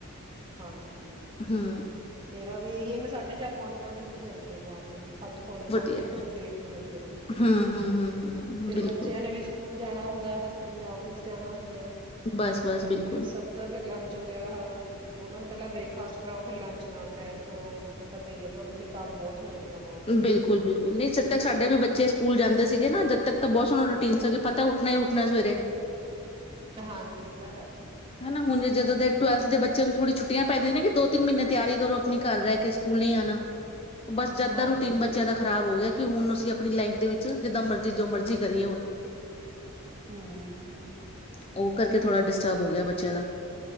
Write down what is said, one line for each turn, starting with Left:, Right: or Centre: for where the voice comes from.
Right: ਹਾਂਜੀ,
Left: ਹੂੰ
Right: ਮੇਰਾ ਵੀ ਇਹੀ ਹੈ ਸਾਢੇ ਚਾਰ, ਪੌਣੇ ਪੰਜ, ਉੱਠ ਜਾਂਦੀ ਆ ਮੋਰਨਿੰਗ। ਹੱਦ ਪਾਉਣੇ
Left: ਵਧੀਆ
Right: ਪੰਜੇ ਤੋਂ ਲੇਟ ਨੀ ਮਤਲਬ ਹੁੰਦੇ,
Left: ਹੂੰ, ਹੂੰ, ਹੂੰ, ਹੂੰ, ਹੂੰ,
Right: ਫੇਰ
Left: ਬਿਲਕੁਲ,
Right: ਬੱਚਿਆਂ ਨੇ ਵੀ ਸਕੂਲ। ਜਾਣਾ ਹੁੰਦਾ ਹਸਬੈਂਡ ਨੇ ਆਫਿਸ ਜਾਣਾ ਹੁੰਦਾ। ਫਿਰ
Left: ਬਸ-ਬਸ ਬਿਲਕੁਲ,
Right: ਸਭ ਦਾ ਫੇਰ ਲੰਚ ਵਗੈਰਾ ਪਹਿਲਾਂ ਬ੍ਰੇਕਫਾਸਟ ਕਰਾਉ, ਫਿਰ ਲੰਚ ਨਾਲ ਪੈਕ ਕਰੋ, ਫਿਰ ਪਤਾ ਹੀ ਹੈ ਤੁਹਾਨੂੰ ਫਿਰ ਕੰਮ ਬਹੁਤ ਹੋ ਜਾਂਦਾ ਮੋਰਨਿੰਗ ਚ।
Left: ਬਿਲਕੁਲ, ਬਿਲਕੁਲ ਨਹੀਂ ਜਦ ਤੱਕ ਸਾਡੇ ਵੀ ਬੱਚੇ ਸਕੂਲ ਜਾਂਦੇ ਸੀਗੇ ਨਾ ਜਦ ਤਦ ਤੱਕ ਤਾਂ ਬਹੁਤ ਸਾਨੂੰ ਰੂਟੀਨ ਸੀ, ਪਤਾ ਉੱਠਣਾ ਹੀ ਉੱਠਣਾ ਸਵੇਰੇ।
Right: ਹਾਂਜੀ, ਇਹ ਤਾਂ ਹੈ।
Left: ਹਨਾ, ਹੁਣ ਜਦੋਂ ਦੇ ਟੇਵੇਲਥ ਦੇ ਬੱਚਿਆਂ ਨੂੰ ਥੋੜੀ ਛੁੱਟੀਆਂ ਪੈ ਜਾਂਦੀਆਂ ਨੇ ਦੋ ਤਿੰਨ ਮਹੀਨੇ ਤਿਆਰੀ ਕਰੋ ਆਪਣੀ, ਘਰ ਰਹਿ ਕੇ ਸਕੂਲ ਨਹੀਂ ਆਉਣਾ। ਬਸ ਜਦ
Right: ਹਾਂਜੀ
Left: ਦਾ ਰੂਟੀਨ ਬੱਚਿਆਂ ਦਾ ਖ਼ਰਾਬ ਹੋ ਗਿਆ। ਕਿ ਹੁਣ ਅਸੀਂ ਆਪਣੀ ਲਾਈਫ ਦੇ ਵਿੱਚ ਜਿੱਦਾਂ ਮਰਜ਼ੀ, ਜੋ ਮਰਜ਼ੀ ਕਰੀਏ ਹੁਣ।
Right: ਹਮ।
Left: ਉਹ ਕਰਕੇ ਥੋੜਾ ਡਿਸਟਰਬ ਹੋ ਗਿਆ ਬੱਚਿਆਂ ਦਾ